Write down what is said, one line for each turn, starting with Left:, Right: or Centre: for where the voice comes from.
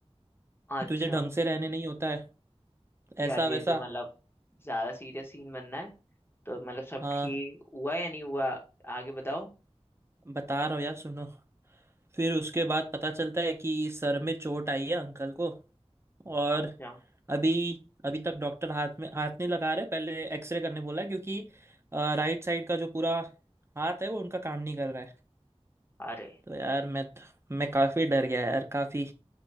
Left: अच्छा
Right: तुझे ढंग से रहने नहीं होता है
Left: यार
Right: ऐसा वैसा
Left: ये तो मतलब ज्यादा सीरियस सीन बनना है तो मतलब सब
Right: हाँ
Left: ठीक हुआ या नहीं हुआ आगे बताओ
Right: बता रहा हूँ यार सुनो फिर उसके बाद पता चलता है कि सर में चोट आई है अंकल को और
Left: अच्छा
Right: अभी अभी तक डॉक्टर हाथ में हाथ नहीं लगा रहे पहले एक्सरे करने बोला है, क्योंकि राइट साइड का जो पूरा हाथ है वो उनका काम नहीं कर रहा है
Left: अरे
Right: तो यार मैं तो, मैं काफ़ी डर गया यार काफ़ी